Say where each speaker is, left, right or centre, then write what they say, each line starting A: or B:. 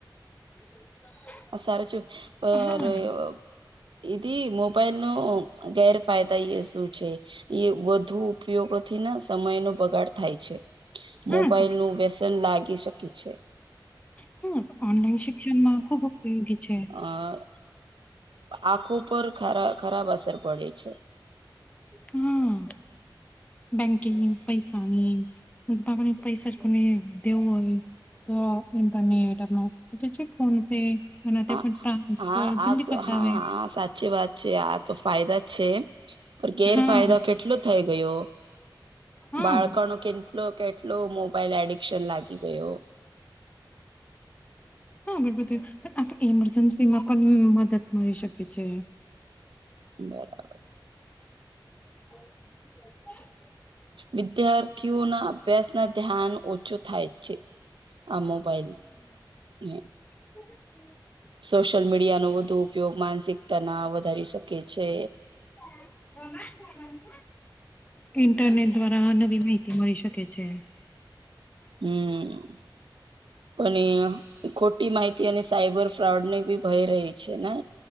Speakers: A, on the left (about 20°); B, on the right (about 85°).
A: <inaudible>
B: આ સારચુ <unintelligible>
A: હા
B: દીદી મોબાઈલનો ગેરફાયદો ઈ શું છે? એ વધુ ઉપયોગથી ને સમયનો બગાડ થાય છે.
A: હા
B: મોબાાઈલનું વ્યસન લાગી શકે છે.
A: હ ઓનલાઈન શિક્ષણમાં ખુબ ઉપયોગી છે.
B: આ. આંખો પર ખરા ખરાબ અસર પડે છે. <inaudible>
A: હા બેંકિંગ પૈસાની. બાપને પૈસા જ કોને દેવું હોય. તો ઇન્ટરનેટ આપ છે ફોન પે. અને તે
B: હ
A: પણ ટ્રાન્સફર
B: હા
A: જલ્દી
B: આ તો
A: કરતા
B: હા
A: આવે
B: હા સાચી વાત છે આ તો ફાયદા છે. પણ ગેરફાયદો
A: હા
B: કેટલો થઈ ગયો
A: હા
B: બાળકનો કેટલો. કેટલો મોબાઈલ એડિક્શન લાગી ગયો.
A: હા બરોબર થ પણ આપ ઇમરજન્સીમાં પણ મદદ મળી શકે છે.
B: બરાબર.
A: <inaudible>
B: વિદ્યાર્થીઓના અભ્યાસ ના ધ્યાન ઓછો થાય છે. આ મોબાઈલ હ.
A: હ <unintelligible>
B: સોશિયલ મીડિયા નો વધુ ઉપયોગ માનસિકતા ના વધારી શકે છે.
A: બ <unintelligible> ઇન્ટરનેટ દ્વારા નવી માહિતી મળી શકે છે.
B: હમ. પણ ખોટી માહિતી અને સાયબર ફ્રોડ ને બી ભય રહી છે ને.